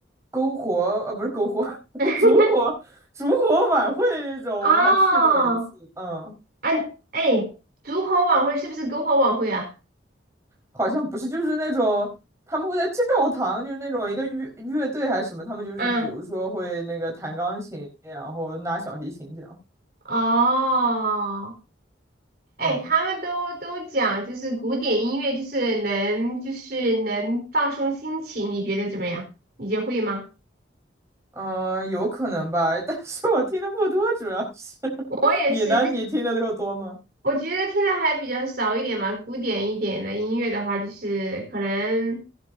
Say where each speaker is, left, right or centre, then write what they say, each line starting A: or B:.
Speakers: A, on the right; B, on the right.
A: 篝火，呃，不是篝火，<laughs>
B: <laughs>
A: 烛火烛火晚会那种，
B: 哦，
A: 我还去过一次，嗯，
B: 哎哎，烛火晚会是不是篝火晚会啊？
A: 好像不是，就是那种他们会在教堂，就是那种一个乐乐队还是什么，他们就是比如说会那个弹钢琴，
B: 嗯，
A: 然后拿小提琴这样，
B: 哦，哎，
A: 嗯
B: 他们都都讲就是古典音乐，就是能就是能放松心情，你觉得怎么样？你就会吗？
A: 嗯，有可能吧，<laughs> 但是我听的不多，主要是 <laughs>
B: 我也是，
A: 你呢？你听的够多吗？
B: 我觉得听的还比较少一点嘛，古典一点的音乐的话，就是可能